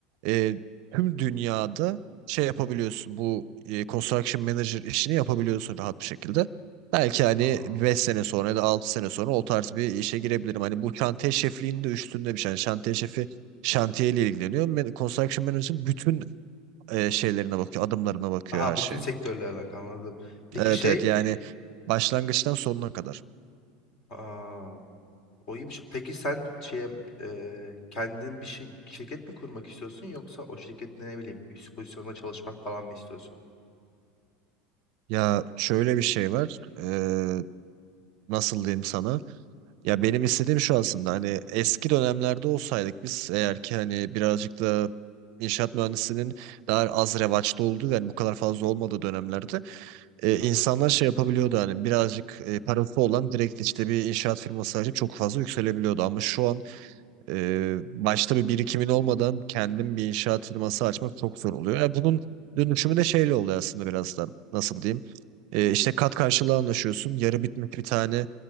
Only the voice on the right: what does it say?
e, tüm dünyada şey yapabiliyorsun. Bu e, construction manager işini yapabiliyorsun rahat bir şekilde. Belki hani
5 sene sonra ya da 6 sene sonra o tarz bir işe girebilirim. Hani bu şantiye şefliğinin de üstünde bir şey. Yani şantiye şefi şantiyeyle ilgileniyor. Man- Construction Manager'ın bütün e, şeylerine bakıyor, adımlarına bakıyor
her
şeyin.
Evet
evet yani başlangıçtan sonuna kadar.
Ya şöyle bir şey var. Ee, nasıl diyeyim sana? Ya benim istediğim şu aslında hani eski dönemlerde olsaydık biz eğer ki hani birazcık da inşaat mühendisinin daha az revaçta olduğu yani bu kadar fazla olmadığı dönemlerde e,
insanlar
şey yapabiliyordu hani birazcık e, parası olan direkt işte bir inşaat firması açıp çok fazla yükselebiliyordu. Ama şu an ee, başta bir birikimin olmadan kendim bir inşaat firması açmak çok zor oluyor. E, bunun dönüşümü de şeyle oluyor aslında biraz da. Nasıl diyeyim? Ee, işte kat karşılığı anlaşıyorsun. Yarı bitmiş bir tane